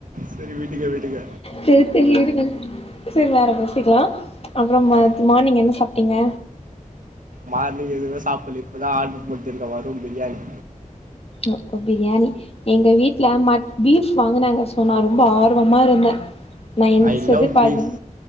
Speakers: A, on the right; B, on the left.
A: சேரி விடுங்க விடுங்க
B: சேரி சேரி விடுங்க சேரி வேற பேசிக்கலா அப்றோ மார்
A: ஆ
B: மார்னிங் என்ன சாப்டீங்க
A: மார்னிங் எதுவுமே சாப்பல்ல இப்பதா ஆர்டர் போட்டிருக்கே வரும் பிரியாணி
B: ஒ ஒ பிரியாணி எங்க வீட்டுல மட் பீஃப் வாங்குனாங்க சோ நா ரொம்ப ஆர்வமா இருந்தே நா எந்திச்சது
A: ஐ லவ்
B: பதினொ
A: பீஃப்